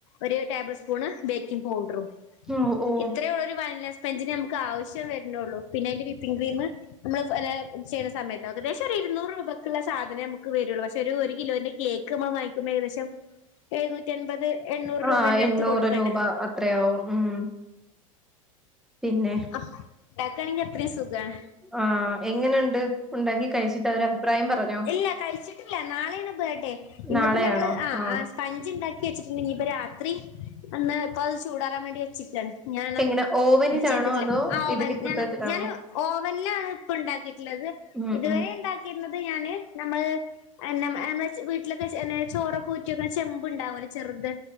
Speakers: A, on the left (about 60°); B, in the centre.
A: ഒരു ടേബിൾ സ്പൂണ് ബേക്കിംഗ് പൗഡറും
B: ഓ ഓ
A: ഇത്രേ ഉള്ളരു വാനിലാ സ്പെഞ്ചിന് നമുക്ക് ആവശ്യം വരുന്നുള്ളൂ പിന്നെ അതിന്റെ വിപ്പിംഗ് ക്രീം നമ്മള് ചെയ്യണസമയത്ത് ഏകദേശം ഒരു ഇരുന്നൂറ് രൂപയ്ക്കുള്ള സധനവേ നമുക്ക് വരുള്ളൂ പക്ഷെ ഒരു കിലോന്റെ കേക്ക് നമ്മള് വാങ്ങിക്കുമ്പ ഏകദേശം എഴുന്നൂറ്റി അൻപത് എണ്ണൂറ്
B: ആ
A: രൂപേന്റെ
B: എണ്ണൂറ്
A: അടുത്ത് കൊടുക്കണ്ടേ
B: രൂപ അത്രയാവും ഉം പിന്നെ
A: ആ ആ ഇണ്ടാക്ക ആണെങ്കി അത്രയും സുഖാണ്
B: ആ എങ്ങന്ണ്ട് ഉണ്ടാക്കി കഴിച്ചിട്ട് അവര് അഭിപ്രായം പറഞ്ഞ
A: ഇല്ല കഴിച്ചിട്ടില്ല നാളെയാണ് ബർത്ത്ഡേ ഇന്നിപ്പോ
B: നാളെയാണോ
A: ഞങ്ങള് ആഹ്
B: ആ
A: ആഹ് പഞ്ച് ഉണ്ടാക്കി വെച്ചിട്ടുണ്ട് ഇനിഇപ്പ രാത്രി അന്ന് ഇപ്പ അത് ചൂടാറാൻ വേണ്ടി വെച്ചിട്ടാണ് ഞാന്
B: എങ്ങനെ ഓവനിലാണോ
A: ഇത് ചെയ്തിട്ടില്ല
B: അതോ
A: ആ ഓവൻ
B: ഇഡലിക്കുട്ടത്തിലാണോ
A: ഞാൻ ഞാന് ഓവനിലാണ് ഇപ്പ ഉണ്ടാക്കിട്ടുള്ളത്
B: ഉം
A: ഇതുവരെ
B: ഉം
A: ഉണ്ടാക്കിയിരുന്നത് ഞാന് നമ്മള് എന്ന നമ്മടെ വീട്ടിലൊക്കെ ചോറൊക്കെ ഊറ്റി വെക്കുന്നെ ചെമ്പുണ്ടാവുംലോ ചെറുത്